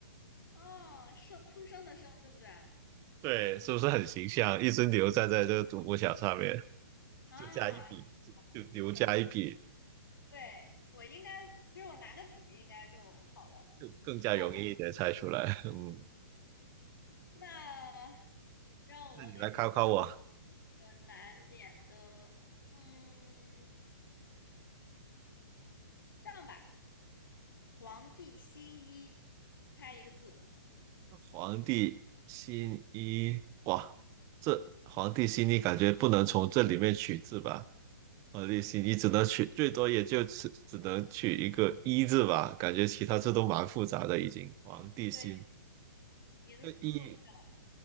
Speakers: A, on the left (about 75°); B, on the right (about 30°).
A: 啊，生出生的生，对不对？
B: 对，是不是很形象？一只牛站在这个独木桥上面。
A: 啊，
B: 就加一笔，就就留加一笔，
A: 是的。对，我应该，其实我拿个笔应该就好了。
B: 就更加容易一点猜出来。
A: 那我
B: <laughs> 嗯，
A: 那让我给你
B: 那你来考考我，
A: 一个难点的，嗯，这样吧，皇帝新衣，猜一个字。
B: 皇帝新衣，哇，这皇帝新衣感觉不能从这里面取字吧？皇帝新衣只能取，最多也就只只能取一个一字吧，感觉其他字都蛮复杂的已经。皇帝新，
A: 对，你的思路对了，
B: 那一